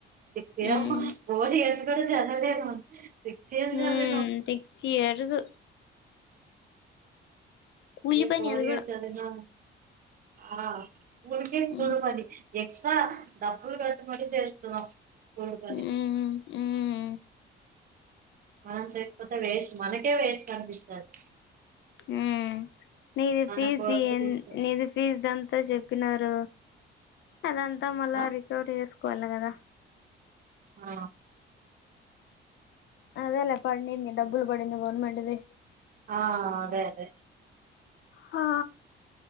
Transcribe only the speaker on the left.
హ్మ్
హ్మ్
సిక్స్ ఇయర్స్ కూలి
పని
అది
కూడా
హ్మ్
హ్మ్ హ్మ్
హ్మ్ నీది
ఫీజది
నీది ఫీజ్ దంతా అంత చెప్పినారు అదంతా మళ్ళా
రికవర్ చేసుకోవాలి కదా
అదేలే పడింది డబ్బులు
పడింది గవర్నమెంట్ ది
ఆ